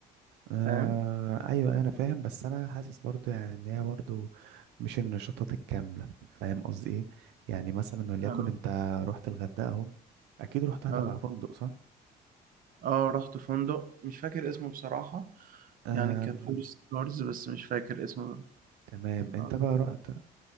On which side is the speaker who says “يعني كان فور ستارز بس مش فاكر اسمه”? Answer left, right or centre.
Right